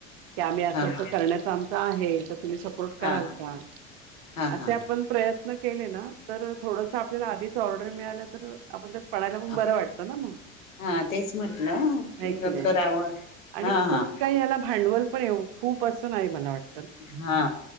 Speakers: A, on the right; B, on the left.
A: की आम्ही असं
B: हा हा
A: करण्याच आमच आहे, तर तुम्ही सपोर्ट
B: हा
A: कराल का?
B: हा हा
A: असे
B: हा
A: आपण प्रयत्न केले ना. तर थोडस आपल्याला आधीच ऑर् प्रेम मिळाल्या तर याबद्दल. पळायला
B: हा
A: बरं वाटतं ना, मग
B: हा तेच म्हटलं
A: हाय की नाय,
B: करावं
A: आणि
B: हा
A: खूप
B: हा
A: काही याला भांडवल पण ये खूप अस नाय मला वाटत.
B: हा.